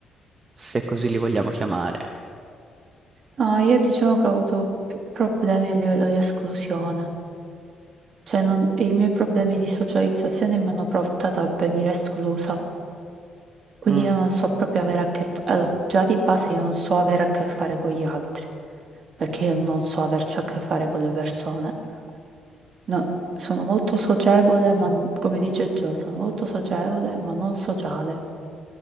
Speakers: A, on the right; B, on the right.
A: se così li vogliamo chiamare.
B: No, io diciamo che ho avuto più problemi a livello di esclusione, cioè non- i miei problemi di socializzazione mi hanno portato a venire esclusa, quindi
A: Mm,
B: io non so proprio avere a che fare, allora, già di base io non so avere a che fare con gli altri, perché io non so averci a che fare con le persone. No, sono molto socievole, ma n- come dice Gio, sono molto socievole, ma non sociale.